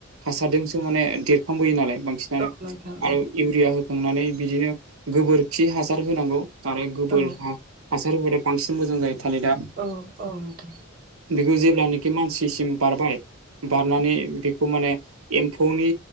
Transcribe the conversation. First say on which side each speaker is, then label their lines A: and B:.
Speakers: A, on the right; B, on the right.
A: हासारजोंसो माने देरफांबोयो नालाय बांसिनानो
B: औ नोंथां
A: आरो इउरिया होखांनानै बिदिनो गोबोरखि हासार होनांगौ आरो गोबोर
B: औ
A: हा हासार होबाथाय बांसिन मोजां जायो थालिदा।
B: औ-औ नोंथां।
A: बेखौ जेब्लानोखि मानसिसिम बारबाय बारनानै बेखौ माने एम्फौनि